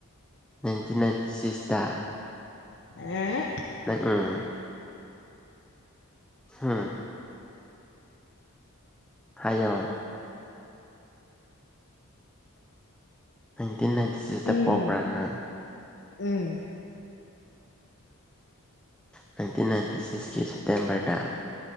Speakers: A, in the centre; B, on the left.
A: ꯅꯥꯏꯟꯇꯤꯟ ꯅꯥꯏꯟꯇꯤ ꯁꯤꯛꯁꯇ
B: ꯑꯥ
A: ꯎꯝ ꯍꯨꯡ ꯍꯥꯏꯖꯤꯔ ꯍꯥꯌꯅꯤ ꯑꯩꯠꯇꯇꯤꯟ ꯅꯥꯏꯟꯇꯤ ꯁꯤꯛꯁꯇ
B: ꯎꯝ
A: ꯄꯣꯛꯄ꯭ꯔꯥꯅꯪ
B: ꯎꯝ
A: ꯅꯥꯏꯟꯇꯤꯟ ꯅꯥꯏꯟꯇꯤ ꯁꯤꯛꯁꯀꯤ ꯁꯦꯞꯇꯦꯝꯕꯔꯗ